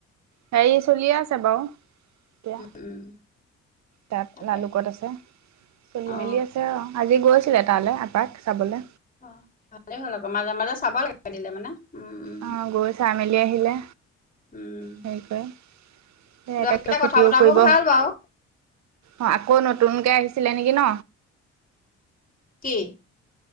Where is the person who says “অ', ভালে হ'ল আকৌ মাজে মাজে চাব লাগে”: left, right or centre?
Left